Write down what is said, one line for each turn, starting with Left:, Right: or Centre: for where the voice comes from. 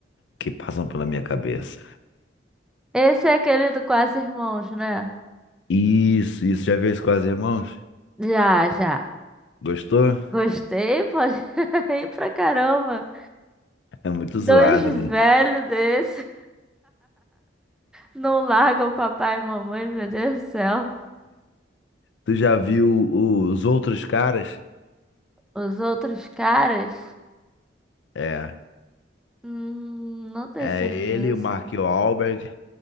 Left: que passam pela minha cabeça.
Centre: Esse é aquele do Quase Irmãos, né?
Left: Isso, isso. Já viu isso com as irmãos?
Centre: Já, já.
Left: Gostou?
Centre: Gostei, pô. <laughs> Ri pra caramba.
Left: É muito
Centre: Dois
Left: zoado,
Centre: velhos
Left: né?
Centre: desse. Não largam o papai e mamãe, meu Deus do céu.
Left: Tu já viu os outros caras?
Centre: Os outros caras?
Left: É.
Centre: Hum, não tenho
Left: É
Centre: certeza.
Left: ele, o Mark Wahlberg.